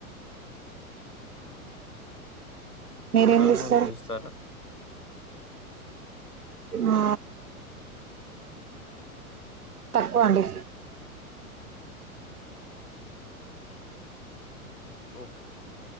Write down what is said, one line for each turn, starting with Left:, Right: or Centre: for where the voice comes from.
Right: మీరేం
Left: అరరు
Right: చూస్తారు
Left: మూవీ చూస్తార
Right: ఆ తక్కువ అండి
Left: ఓ